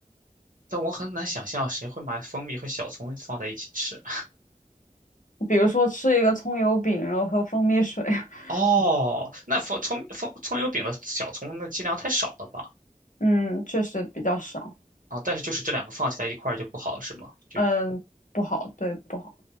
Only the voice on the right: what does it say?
但我很难想象谁会把蜂蜜和小葱放在一起吃。
哦，那蜂葱蜂葱油饼的小葱那剂量太少了吧？
啊，但是就是这两个放起来一块儿就不好，是吗？就。